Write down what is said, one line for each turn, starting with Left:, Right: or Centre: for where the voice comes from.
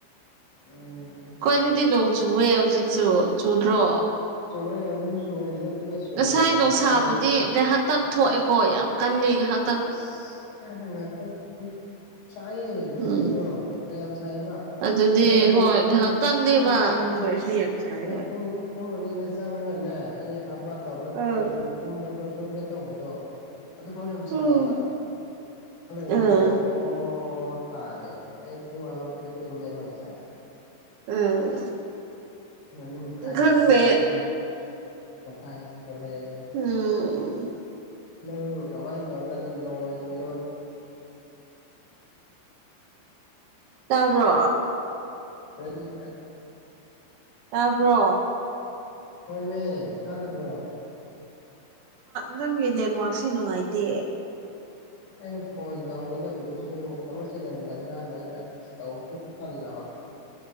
Left: ꯎꯝ
Right: ꯑꯈꯣꯏꯘꯘꯤ ꯅꯣꯡ ꯆꯨꯎꯦ ꯍꯧꯖꯤꯛꯁꯨ ꯆꯨꯗ꯭ꯔꯣ
Left: ꯆꯨꯋꯦ ꯍꯧꯖꯤꯛꯁꯨ ꯆꯨꯋꯦ ꯂꯦꯞꯇꯅ ꯆꯨꯋꯦ
Right: ꯉꯁꯥꯏ
Left: ꯌꯥꯝ
Right: ꯅꯨꯡꯁꯥꯕꯨꯗꯤ
Left: ꯀꯟꯅꯕꯨꯗꯤ ꯆꯨꯗꯦ
Right: ꯉꯥꯏꯍꯥꯛꯇꯪ ꯊꯣꯛꯑꯦꯀꯣ ꯌꯥꯝ ꯀꯜꯂꯦ ꯉꯥꯏꯍꯥꯛ
Left: ꯑꯁ <unintelligible> ꯁꯥꯏꯌꯦ ꯅꯨꯡꯊꯤꯟꯗꯣ
Right: ꯎꯝ
Left: ꯃꯌꯥꯝ ꯁꯥꯏꯕ
Right: ꯑꯗꯨꯅꯦ
Left: ꯑꯗꯣ ꯑꯩ
Right: ꯍꯣꯏ ꯉꯥꯏꯍꯥꯛꯇꯪꯅꯦꯕ
Left: ꯑꯩ
Right: ꯑꯗꯨ ꯑꯣꯏꯔꯁꯨ ꯌꯥꯝ ꯁꯥꯏꯕ
Left: ꯑꯩ ꯄꯨꯡ ꯄꯨꯡ ꯑꯅꯤꯗ ꯆꯪꯉꯒꯅꯦ ꯑꯩ ꯍꯥꯕ ꯕꯥꯠ ꯇꯧꯔꯒ
Right: ꯑꯥ
Left: ꯇꯨꯝꯕꯗꯣ ꯇꯨꯝꯒꯦ ꯇꯧꯕꯗꯣ ꯑꯗꯨꯐꯥꯎ ꯌꯥꯝ
Right: ꯎꯝ
Left: ꯁꯥꯏꯕ ꯂꯩꯔꯒ
Right: ꯎꯝ
Left: ꯅꯣꯡ ꯀꯣ ꯇꯥꯔꯦ ꯑꯩ ꯄꯨꯡ ꯑꯃꯃꯨꯛꯇꯤ ꯇꯨꯝꯃꯦꯕ ꯉꯁꯥꯏ
Right: ꯎꯝ
Left: ꯑꯅꯤ ꯃꯈꯥꯏꯗ
Right: ꯈꯪꯗꯦ
Left: ꯇꯨꯝꯕꯗ ꯑꯍꯨꯝ ꯃꯈꯥꯏ ꯊꯣꯂꯛꯑꯦ
Right: ꯎꯝ
Left: ꯅꯪ ꯀꯃꯥꯏꯅ ꯇꯧꯒꯅ ꯂꯣꯏ ꯂꯣꯏ
Right: ꯇꯥꯕ꯭ꯔꯣ
Left: ꯑꯩꯅ
Right: ꯇꯥꯕ꯭ꯔꯣ
Left: ꯍꯣꯏꯃꯦ ꯇꯥꯗꯕ꯭ꯔꯣ
Right: ꯅꯪꯒꯤ ꯅꯦꯠꯋꯥꯔꯛꯁꯤ ꯅꯨꯡꯉꯥꯏꯇꯦ
Left: ꯑꯩꯅ ꯐꯣꯟ ꯇꯧꯒꯗꯕꯗꯨꯁꯨ ꯊꯕꯛ ꯆꯤꯜꯂꯝꯒꯗ꯭ꯔꯥꯅ ꯑꯩꯅ ꯇꯧꯕ ꯇꯜꯂꯕ